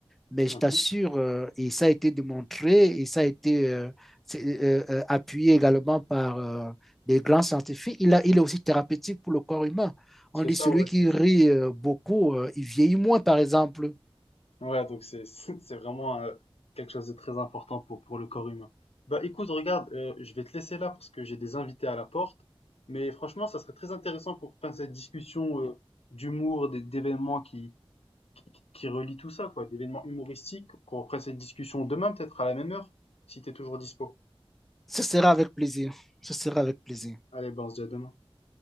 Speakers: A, in the centre; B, on the left.
A: mais
B: Mhm.
A: je t'assure, euh, et ça a été démontré, et ça a été euh, c'est, euh, euh, appuyé également par euh, des grands scientifiques, il a, il est aussi thérapeutique pour le corps humain.
B: C'est
A: On dit
B: ça,
A: celui
B: ouais.
A: qui
B: c'est-
A: rit euh, beaucoup, euh, il vieillit moins, par exemple.
B: Ouais, donc c'est, <laughs> c'est vraiment euh, quelque chose de très important pour, pour le corps humain. Bah écoute, regarde, euh, je vais te laisser là parce que j'ai des invités à la porte, mais franchement, ça serait très intéressant qu'on reprenne cette discussion euh, d'humour, des- d'événements qui, qui, qui qui relient tout ça, quoi, d'événements humoristiques, qu'on reprenne cette discussion demain peut-être à la même heure, si t'es toujours dispo.
A: Ce sera avec plaisir. Ce sera avec plaisir.
B: Allez, bon, on se dit à la bourse de demain.